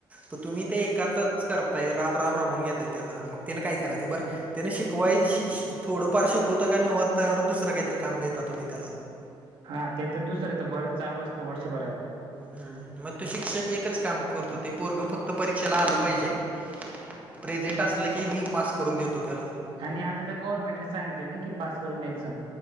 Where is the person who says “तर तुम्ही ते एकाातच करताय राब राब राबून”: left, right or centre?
Right